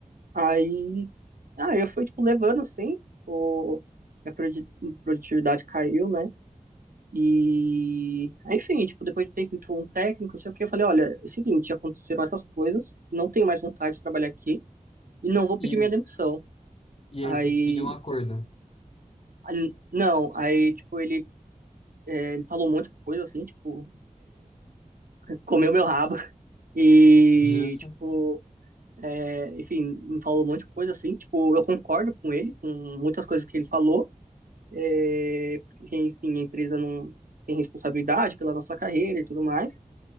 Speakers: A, on the right; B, on the left.
A: Aí, ah, eu fui, tipo, levando, assim, o, minha produ- produtividade caiu, né? E, aí, enfim, tipo, depois de um tempo entrou um técnico, não sei o quê, eu falei, olha, é o seguinte, aconteceram essas coisas, não tenho mais vontade de trabalhar aqui, e não vou pedir
B: E,
A: minha demissão.
B: e
A: Aí,
B: aí você que pediu um acordo.
A: a- não, aí, tipo, ele, é, ele falou um monte de coisa, assim, tipo, <laughs> comeu meu rabo e,
B: Justo.
A: tipo, é, enfim, me falou um monte de coisa, assim, tipo, eu concordo com ele, com muitas coisas que ele falou, é, porque, enfim, a empresa não tem responsabilidade pela nossa carreira e tudo mais,